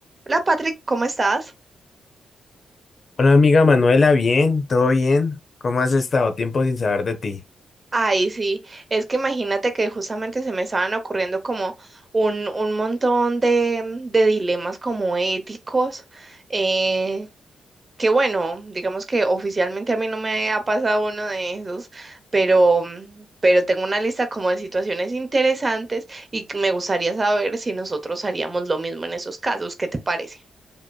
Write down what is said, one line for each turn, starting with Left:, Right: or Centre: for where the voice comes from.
Right: Hola Patrick, ¿cómo estás?
Left: Hola amiga Manuela, bien, todo bien. ¿Cómo has estado? Tiempo sin saber de ti.
Right: Ay, sí, es que imagínate que justamente se me estaban ocurriendo como un, un montón de, mm, de dilemas como éticos, eh, que bueno, digamos que oficialmente a mí no me ha pasado uno de esos, pero, mm, pero tengo una lista como de situaciones interesantes y que me gustaría saber si nosotros haríamos lo mismo en esos casos, ¿qué te parece?